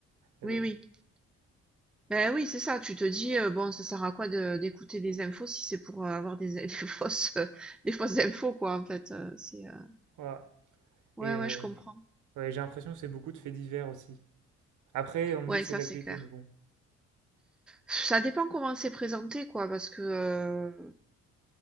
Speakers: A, in the centre; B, on the right.
A: Oui,
B: Et donc,
A: oui. Beh, oui, c'est ça, tu te dis, heu: «Bon, ça sert à quoi de d'écouter des infos si c'est pour, heu, avoir des <laughs> des fausses, heu, des fausses infos», quoi, en fait, heu, c'est, heu
B: voilà.
A: ouais,
B: Et euh,
A: ouais, je comprends.
B: ouais, j'ai l'impression que c'est beaucoup de faits divers aussi. Après, on me
A: Ouais,
B: dit que
A: ça,
B: c'est de l'actualité,
A: c'est clair.
B: mais bon.
A: Ça dépend comment c'est présenté, quoi, parce que, heu,